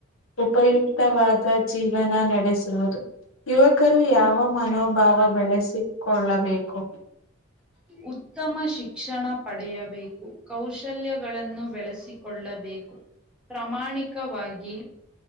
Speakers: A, on the left; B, in the centre.
A: ಉಪಯುಕ್ತವಾದ ಜೀವನ ನಡೆಸುವುದು ಯುವಕರು ಯಾವ ಮನೋಭಾವ ಬೆಳೆಸಿಕೊಳ್ಳಬೇಕು
B: ಉತ್ತಮ ಶಿಕ್ಷಣ ಪಡೆಯಬೇಕು ಕೌಶಲ್ಯಗಳನ್ನು ಬೆಳೆಸಿಕೊಳ್ಳಬೆ ಕು ಪ್ರಾಮಾಣಿಕವಾಗಿ